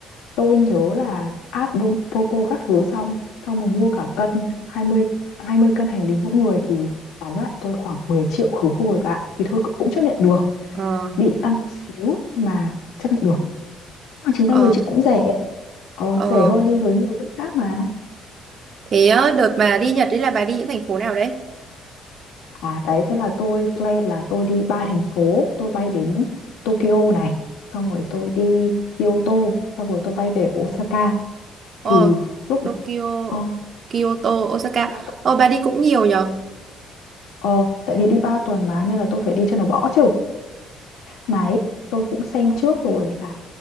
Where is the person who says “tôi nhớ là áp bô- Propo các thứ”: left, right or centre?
Left